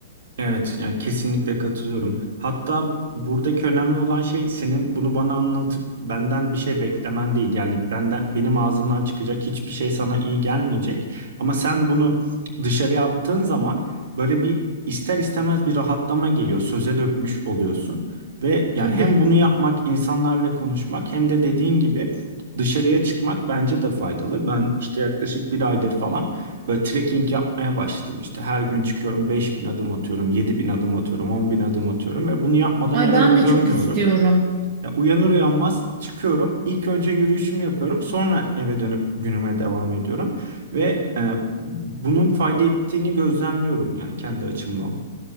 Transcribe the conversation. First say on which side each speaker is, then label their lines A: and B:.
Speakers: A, on the right; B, on the right.
A: evet yani kesinlikle katılıyorum. Hatta buradaki önemli olan şey senin bunu bana anlatıp benden bir şey beklemen değil. Yani benden benim ağzımdan çıkacak hiçbir şey sana iyi gelmeyecek. Ama sen bunu dışarıya attığın zaman böyle bir ister istemez bir rahatlama geliyor. Söze dökmüş oluyorsun ve yani
B: Tabii.
A: hem bunu yapmak, insanlarla konuşmak hem de dediğin gibi dışarıya çıkmak bence de faydalı. Ben işte yaklaşık bir aydır falan Böyle trekking yapmaya başladım işte. Her gün çıkıyorum 5000 adım atıyorum, 7000 adım atıyorum, 10.000 adım atıyorum ve bunu yapmadan
B: Ay
A: eve
B: ben de
A: dönmüyorum.
B: çok istiyorum.
A: Ya uyanır uyanmaz çıkıyorum. İlk önce yürüyüşümü yapıyorum. Sonra eve dönüp günüme devam ediyorum. Ve e, bunun fayda ettiğini gözlemliyorum yani kendi açımdan.